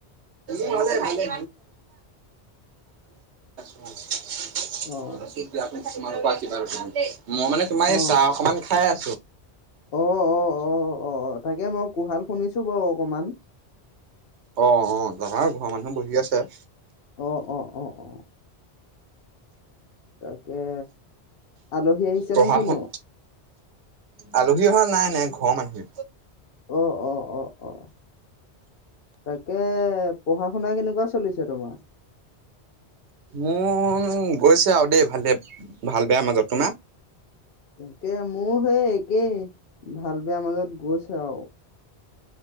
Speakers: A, on the right (about 85°); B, on the left (about 60°).
A: মোৰ ভালে, ভালে। আছো। <unintelligible>
B: অ
A: <unintelligible> মই মানে তোমাৰ
B: অ
A: এই চাহ অকমান খাই আ
B: অ, অ, অ। অ, তাকে মই কুহাল শুনিছো বাৰু অকমান।
A: অ, অ। যাবা ঘৰৰ মানুহ বহি আছে।
B: অ, অ, অ, অ। তাকে আলহী আহিছে
A: পঢ়া
B: নে কিনো
A: শুন আলহী অহা নাই নাই ঘৰৰ মানুহে।
B: অ, অ। অ, অ। তাকে পঢ়া শুনা কেনেকুৱা চলিছে তোমাৰ?
A: মোৰ গৈছে আৰু দেই, ভালে ভাল বেয়া মাজত তোমাৰ?
B: তাকে মোৰ সেই একেই ভাল বেয়া মাজত গৈছে আৰু।